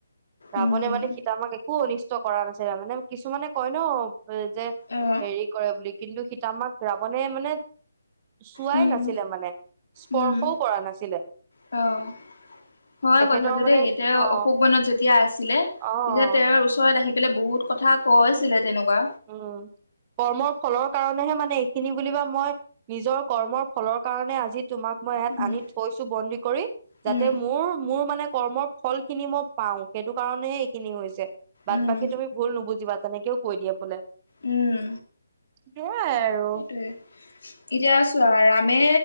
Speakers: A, on the right; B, on the left.
A: ৰাৱণে
B: উম
A: মানে সীত মা ক এক একো অনিষ্ট কৰা নাছিলা মানে, কিছুমানে কয় ন, যে
B: অ
A: হেৰি কৰে বুলি কিন্তু সীত মাক ৰাৱণে মানে, চোৱাই
B: উম
A: নাছিলে মানে, স্পৰ্শও
B: উম
A: কৰা নাছিলে।
B: অ', হয়
A: তেখেতৰ
B: কথাটো
A: মানে
B: দেই সীতা
A: অ
B: অশোক বনত যেতিয়া আছিলে।
A: অ
B: তেতিয়া
A: অ
B: তেওঁৰ ওচৰত আহি পেলাই বহুত কথা কৈছিলে
A: উম,
B: তেনেকুৱা
A: উম, কৰ্ম ফলৰ কাৰণেহে মানে এইখিনি বুলিবা নিজৰ কৰ্মৰ ফলৰ কাৰণে আজি তোমাক মই ইয়াত
B: উম
A: আনি থৈছো বন্দী কৰি।
B: উম
A: যাতে মোৰ মোৰ মানে কৰ্মৰ ফল খিনি মই পাওঁ সেইটো কাৰণেহে এইখিনি হৈছে। বাট
B: উম
A: বাকী তুমি ভুল নুবুজ জিবা তেনেকেও কৈ দিয়ে বোলে
B: উম
A: সেইয়াই আৰু।
B: সেইটোৱে এতিয়া ছোৱা ৰামে